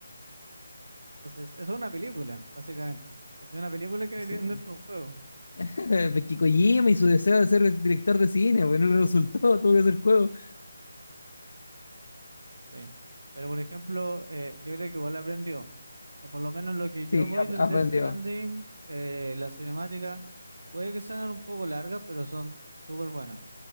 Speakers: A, on the right (about 75°); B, on the left (about 65°).
A: Entonces, eso es una película, básicamente. Es una película que metieron
B: Sí.
A: dentro de un juego.
B: <laughs> Porque Kojima y su deseo de ser director de cine, pues no le resultó, tuvo que hacer juego.
A: Sí. Pero, por ejemplo, eh, yo creo que igual aprendió. O Por lo menos lo que
B: Sí,
A: yo voy
B: ap-
A: del
B: aprendió.
A: Death Stranding, eh, la cinemática, puede que sean un poco largas, pero son súper buenas.